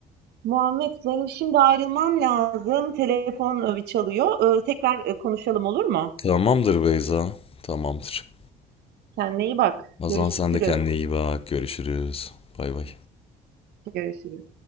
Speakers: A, on the right; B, on the left.
A: Muhammed benim şimdi ayrılmam lazım. Telefon, eee, çalıyor. Eee, tekrar, eee, konuşalım olur mu?
B: Tamamdır Beyza. Tamamdır.
A: Kendine iyi bak.
B: Azan
A: Görüşürüz.
B: sen de kendine iyi bak. Görüşürüz. Bay bay.
A: Görüşürüz.